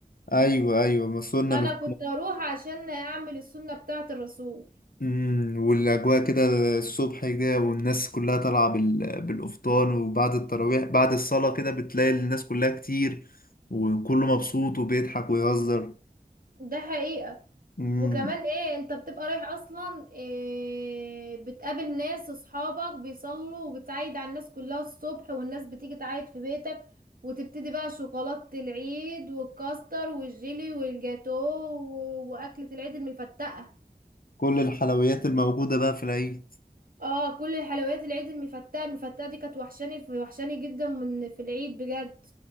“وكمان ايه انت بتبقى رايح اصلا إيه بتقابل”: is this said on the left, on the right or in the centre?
Right